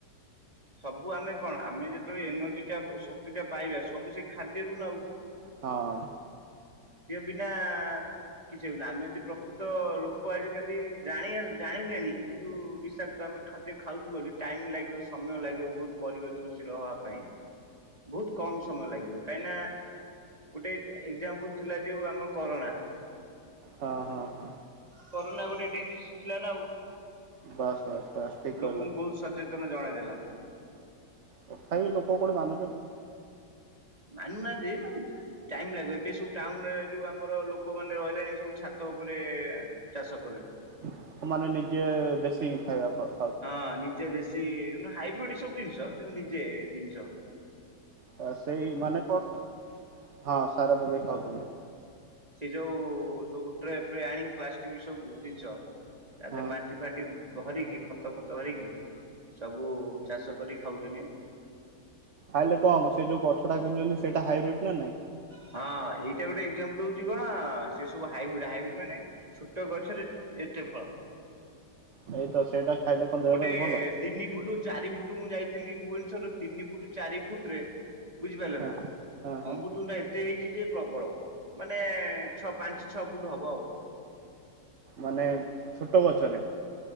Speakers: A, on the right; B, on the right.
A: ସବୁ ଆମେ କଣ ଆମେ ଯେତେବେଳେ ଏନର୍ଜି ଟା ଶକ୍ତି ଟା ପାଇବା ସବୁ ସେ ଖାଦ୍ୟରୁ ନା ଆଉ।
B: ହଁ
A: ବିନା କିଛି ହେନ ଆମେ ଯଦି ପ୍ରକୃତ ଲୋକ ଆଜିକାଲି ଜାଣି ଜାଣିଲେଣି କିନ୍ତୁ ବିଷାକ୍ ତ ଆମେ ଖାଦ୍ୟ ଖାଉଛୁ ବୋଲି ଟାଇମ ଲାଗିବ ସମୟ ଲାଗିବ ବହୁତ ପରିବର୍ତନଶୀଳ ହବା ପାଇଁ। ବହୁତ କମ ସମୟ ଲାଗିବ କାହିଁକିନା। ଗୋଟେ ଏକ୍ଜାମ୍ପଲ ଥିଲା ଯୋଉ ଆମର କରୋନା।
B: ହଁ ହଁ ହଁ
A: କରୋନା ଗୋଟେ ଡିଜିଜ୍ ଥିଲା ନା ଆଉ,
B: ବାସ୍ ବାସ୍ ବାସ୍ ଠିକ କହିଲ
A: ଲୋକଙ୍କୁ ବହୁତ୍ ସ ଚେତନ ଜଣେଇଦେଲା।
B: ତଥାପି ଲୋକ କୋଉଠି ମାନୁଚନ୍ତି।
A: ମାନୁନାହାନ୍ତି ମାନେ ଯେ ଟାଇମ୍ ଲାଗିବ, ଏବେ ସବୁ ଟାଉନ୍ ରେ ଯୋଉ ଆମର ଲୋକମାନେ ରହିଲେଣି ସବୁ ଛାତ ଉପରେ ଚାଷ କଲେଣି।
B: ସେମାନେ ନିଜେ ଦେଶୀ ଖାଇବା ଖାଉ
A: ହଁ ନିଜେ ଦେଶୀ ହାଇବ୍ରିଡ୍ ସବୁ ଦିନିଷ କିନ୍ତୁ ନିଜେ ଦିନିଷ।
B: ତ ସେଇ ମାନେ କଣ ହଁ ସାର ପକେଇ ଖାଉଚନ୍ତି।
A: ସେ ଯୋଉ ସବୁ ଟ୍ରେ ଫ୍ରେ ଆଣିକି ପ୍ଲାଷ୍ଟିକ ସବୁ ଦିନିଷ। ତା
B: ହଁ
A: ଦେ ମାଟି ଫାଟି ଭରିକି ଖ ତ ଫତ <unintelligible> ସବୁ ଚାଷ କରି ଖାଉଚନ୍ତି <unintelligible>
B: ଖାଇଲେ କଣ ହବ, ସେ ଯୋଉ ଗଛ ଟା କିଣୁଚନ୍ତି ସେଇଟା ହାଇବ୍ରିଡ୍ ନା ନାଇଁ।
A: ହଁ ଏଇଟା ଗୋଟେ ଏକ୍ଜାମ୍ପଲ ହଉଚି କଣ ସେ ସବୁ ହାଇବ୍ରିଡ୍, ହାଇବ୍ରିଡ୍ ମାନେ ଛୋଟ ଗଛରେ ଏତେ ଫଳ।
B: ସେଇତ ସେଇଟା ଖାଇଲେ କଣ ଦେହ
A: ଗୋଟେ
B: ପାଇଁ ଭଲ?
A: ତିନି ଫୁଟୁ ଚାରି ଫୁଟୁ ମୁଁ ଯାଇଥିଲି ଭୁବନେସ୍ୱର ତିନି ଫୁଟ୍ ଚାରି ଫୁଟ୍ ରେ ବୁଝିପାରିଲେ ନା,
B: ହଁ ହଁ ହଁ
A: ଅମୃତଣ୍ଡା ଏତେ ହେଇଚି ଯେ ପ୍ରବଳ ମାନେ ଛଅ ପାଞ୍ଚ ଛ ଫୁଟୁ ହବ ଆଉ।
B: ମାନେ ଛୋଟ ଗଛରେ?